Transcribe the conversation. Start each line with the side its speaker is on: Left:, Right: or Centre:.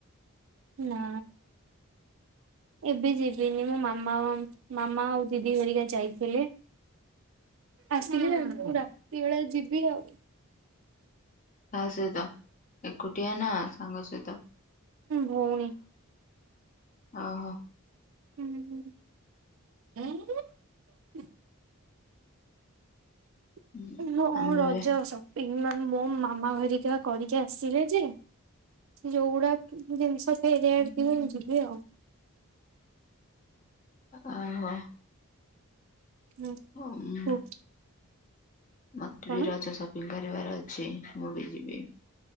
Right: ନା ଏବେ ଯିବିନି ମୋ ମାମା ମାମା ଆଉ ଦିଦି ହେରିକା ଯାଇଥିଲେ। ଆସିକି ମୁଁ ରାତି ବେଳେ ଯିବି ଆଉ।
Left: କାହା ସହିତ ଏକୁଟିଆ ନା ସାଙ୍ଗ ସହିତ?
Right: ଭଉଣୀ।
Left: ଓହୋ।
Right: ହୁଁ ହୁଁ। <unintelligible>
Left: ହୁଁ, ଆମେ
Right: ରଜ
Left: ବି
Right: ଅସ। <unintelligible> ମୋମାମା ହେରିକା କରିକି ଆସିଲେ ଯେ ଯୋଉଗୁରା ଜିନିଷ ଫେରେଇବାର ଥିବ ଯିବ ଆଉ।
Left: ଓହୋ।
Right: ହୁଁ
Left: ଉଁ
Right: ହୁଁ।
Left: ମତେ
Right: କଣ
Left: ବି ରଜ ସପିଙ୍ଗ କ କରିବାର ଅଛି ମୁଁ ବି ଯିବି